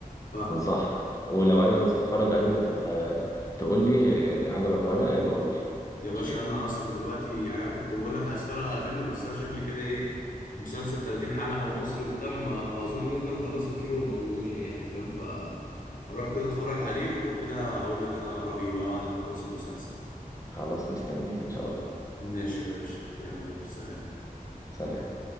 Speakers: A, on the left; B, on the left.
A: فاهم
B: انصحك ولو عايز تتفرج عليه وتبقى تقول لي يعني عجبك ولا لا يبقى قول لي
A: يا باشا
B: ماشي
A: انا اصلا دلوقتي يعني انا كنت بقول لك عايز اتفرج على فيلم بس انا شكلي كده ايه مسلسل 30 حلقه ومصري وبتاع ما, ما اظن ممكن اخلصه في يوم او يومين يعني فاهم فاروح كده اتفرج عليه ولو كده هقول لك انا رايي بقى بعد ما اخلص المسلسل
B: خلاص مستنيك ان شاء الله
A: ماشي يا باشا يلا يا باشا سلام
B: سلام